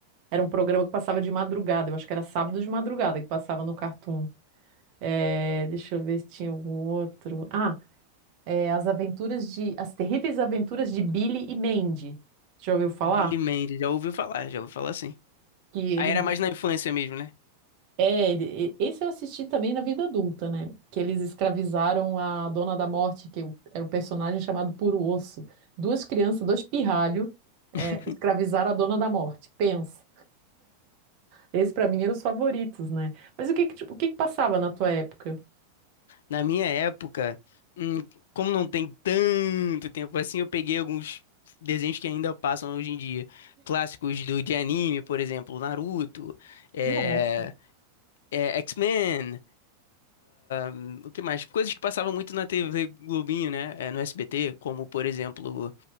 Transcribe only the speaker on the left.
Billy Mandy, já ouviu falar, já ouviu falar sim.
Aí
era mais na infância mesmo, né?
<laughs>
Na minha época, hum, como não tem tanto tempo assim, eu peguei alguns desenhos que ainda passam hoje em dia. Clássicos do, de anime, por exemplo, Naruto, é,
é, X-Men, hum, o que mais? Coisas que passavam muito na TV Globinho, né? É, no SBT, como, por exemplo,